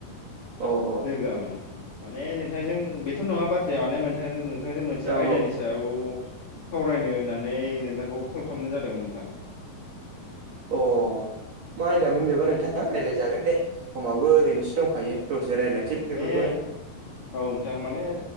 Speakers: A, on the right; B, on the left.
A: अ अ
B: लोगोआ माने माने नोंथांजों बेथ' नङा बाथ्राया माने नोंथां नोंथांजों मोनसे
A: औ
B: आयदानि सायाव सावरायनो होननानै नोंथांखौ कल खालामनाय जादोंमोन नोंथां।
A: अ मा आयदामोन बेबा नोंथां रायज्लायजागोन दे समाबो ओरैनोसो दंखायो दसे रायज्लायनोसै
B: माने
A: बेफोरखौनो
B: औ नोंथां माने